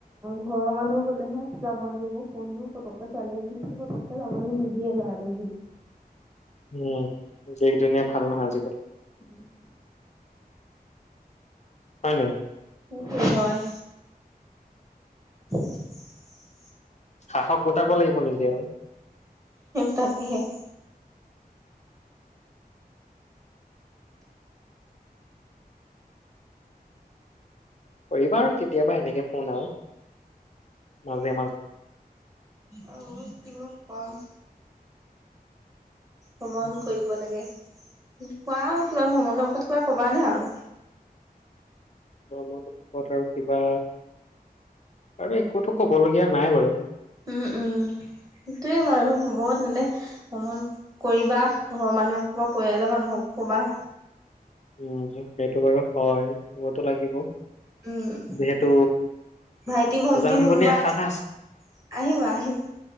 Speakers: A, on the right; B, on the left.
A: ঘৰৰ মানুহ গলেহে যাব দিবোৰ শুনো পত ছোৱালীক পুতুককে যাবলৈ নিদিয়ে আৰু
B: উম, দেশ, দুনীয়া ভাল নহয় আজিকালি।
A: উম।
B: হয় নাই
A: সেইটোৱে হয়। <inaudible>
B: সাহস গোটাব লাগিব নিজে আৰু।
A: তাকেহে
B: কৰিবা আৰু কেতিয়াবা এনেকে ফোন আৰু। মাজে
A: উম, আৰু তিমত কম ভ্ৰমণ
B: মাজে
A: কৰিব লাগে। কোৱা আৰু কিবা ভ্ৰমণৰ ওপৰত কিবা কবা নে আৰু?
B: আৰু কিবা আৰু একোতো ক'ব লগীয়া নাই বাৰু।
A: উম, উম, সেইটোয়ে বাৰু হ'ব তেন্তে ভ্ৰমণ কৰিবা ঘৰৰ মানুহক ক'বা পৰিয়ালৰ মানুহক ক'বা।
B: উম, সেইটো বাৰু হয়। ক'বতো লাগিব
A: উম,
B: যিহেতু
A: ভাইটি ভন্টি
B: যাম
A: কোনোবা
B: বুলি আশা
A: আছে
B: এটা
A: আহিবা আহিবা